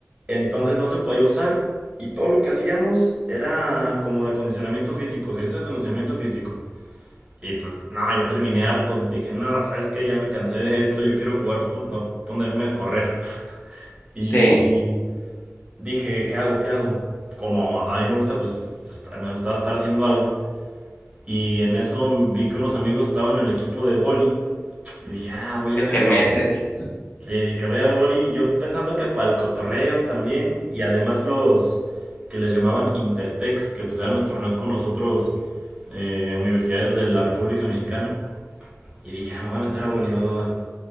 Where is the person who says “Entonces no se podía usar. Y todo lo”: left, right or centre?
Right